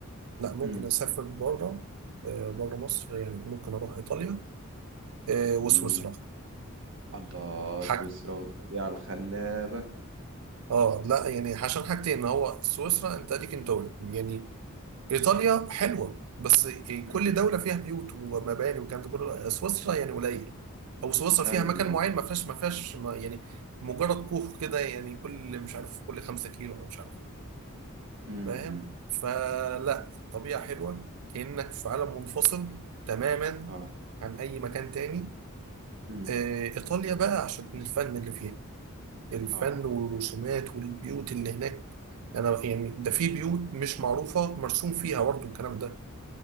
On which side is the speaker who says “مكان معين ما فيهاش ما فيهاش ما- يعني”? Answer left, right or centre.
Right